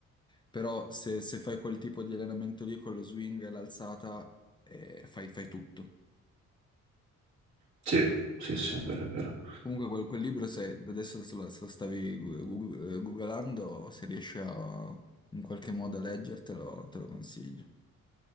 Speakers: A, on the left (about 15°); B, on the right (about 65°).
A: Però se, se fai quel tipo di allenamento lì con lo swing e l'alzata, eh, fai fai tutto.
B: Sì, sì, sì, è vero, è vero.
A: Comunque quel, quel libro, se adesso se lo, se lo stavi gu- gu- eh, googlando, se riesci a in qualche modo a leggertelo, te lo consiglio.